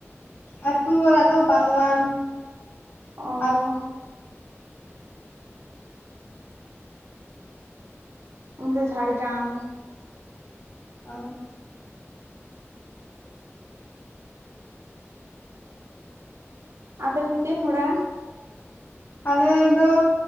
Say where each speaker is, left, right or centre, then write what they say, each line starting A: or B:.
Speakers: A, on the left (about 55°); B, on the right (about 75°).
A: ᱟᱹᱛᱩ ᱚᱲᱟᱜ ᱫᱚ ᱵᱟᱸᱫᱣᱟᱱ
B: ᱚᱻ
A: ᱟᱨ
B: ᱤᱧ ᱫᱚ ᱡᱷᱟᱲᱜᱨᱟᱢ
A: ᱚᱻ
B: ᱟᱯᱮ ᱫᱚ ᱯᱮ ᱛᱤᱱ ᱦᱚᱲᱟ?
A: ᱟᱞᱮ ᱫᱚ